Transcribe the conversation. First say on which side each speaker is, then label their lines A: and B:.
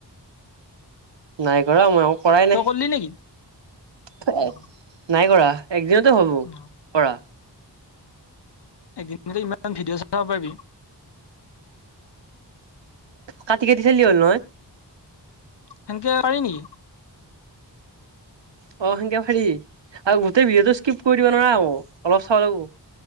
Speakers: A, on the right; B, on the left.
A: নাই কৰা মই ময়ো কৰাই
B: তই
A: নাই।
B: কৰিলি নেকি? অ',
A: নাই কৰা একদিনতে হ'ব
B: অ
A: কৰা।
B: একদিনতে ইমান ভিডিঅ' চাব পাৰিবি?
A: কাটি কাটি চালে হ'ল নহয়।
B: সেনেকে পাৰি নেকি?
A: অ', সেনকেও পাৰি আৰু গোটেই ভিডিঅ'টো স্কিপ কৰি দিবা নোৱাৰা আকো অলপ চাব লাগবো।